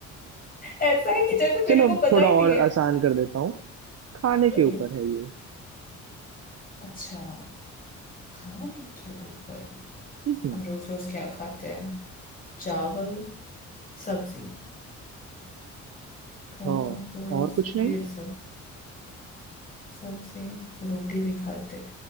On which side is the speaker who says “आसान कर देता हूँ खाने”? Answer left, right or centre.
Right